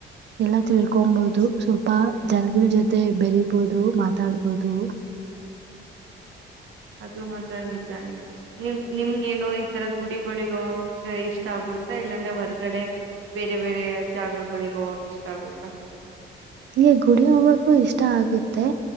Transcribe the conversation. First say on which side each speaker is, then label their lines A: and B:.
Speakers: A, on the right (about 60°); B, on the right (about 80°).
A: ಎಲ್ಲ ತಿಳ್ಕೊಂಬಹುದು ಸ್ವಲ್ಪ ಜನಗಳ ಜೊತೆ ಬೆರೀಬೋದು ಮಾತಾಡ್ಬೋದು
B: ಅದು ಮಾತ್ರ ನಿಜಾನೇ ನಿಮ ನಿಮ್ಗೇನೋ ಈತರ ಗುಡಿಗಳಿಗೆ ಹೋಗಕ್ ಇಷ್ಟ ಆಗ ಇಲ್ಲಾಂದ್ರೆ ಹೊರ್ಗಡೆ ಬೇರೆ ಬೇರೆ ಜಾಗಗಳಿಗೆ ಹೋಗಾಗ ಇಷ್ಟ ಆಗುತ್ತ.
A: ಹಂಗೆ ಗುಡಿ ಹೋಗಕು ಇಷ್ಟ ಆಗುತ್ತೆ